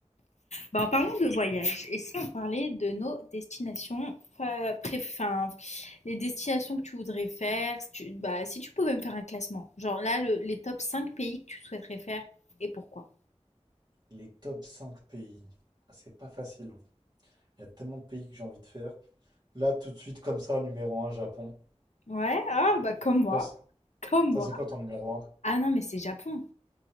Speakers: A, on the left; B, on the right.
A: Bah, en parlant de voyage, et si on parlait de nos destinations euh, pré- enfin, les destinations que tu voudrais faire, si tu, bah, si tu pouvais me faire un classement, genre là, le- les top 5 pays que tu souhaiterais faire et pourquoi?
B: Les top cinq pays. Ah, c'est pas facile. hein. Il y a tellement de pays que j'ai envie de faire. Là, tout de suite, comme ça, numéro un, Japon.
A: Ouais, ah bah comme moi.
B: Ça, c'est
A: Comme
B: ça,
A: moi.
B: c'est quoi ton numéro un
A: Ah non, mais c'est Japon.